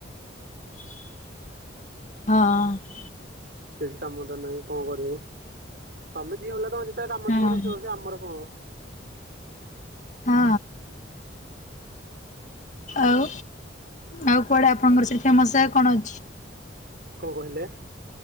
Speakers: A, on the left; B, on the right.
A: ହଁ।
B: କିଛି କାମ ତ ନାହିଁ କଣ କରିବୁ ତମେ ଝିଅ ପିଲା ତମର <unintelligible> କାମ
A: ହଁ
B: ଥିବ ରୋଷେଇ ରୋଷେଇ ଆମର କଣ?
A: ହଁ। ଆଉ ଆଉ କୁଆଡ଼େ ଆପଣଙ୍କର ସେଇଠି ଫେମସ୍ ଜାଗା କଣ ଅଛି?
B: କଣ କହିଲେ?